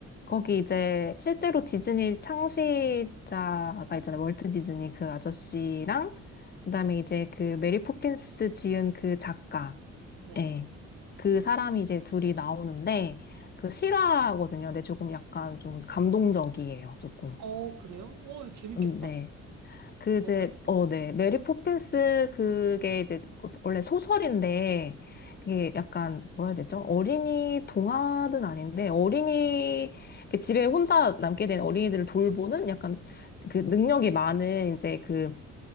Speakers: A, on the left; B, on the right.
A: 거기 이제 실제로 디즈니 창시자가 있잖아요. 월트 디즈니 그 아저씨랑 그다음에 이제 그 메리 포핀스 지은 그 작가
B: 네.
A: 예. 그 사람이 이제 둘이 나오는데 그 실화거든요. 근데 조금 약간 좀 감동적이에요. 조금.
B: 어, 그래요? 오, 재밌겠다.
A: 음, 네. 그 이제
B: 뭐지 알지?
A: 어, 네. 메리 포핀스 그게 이제 어- 원래 소설인데 그게 약간 뭐라 해야 되죠? 어린이 동화는 아닌데 어린이 그 집에 혼자 남게 된 어린이들을 돌보는 약간 그 능력이 많은 이제 그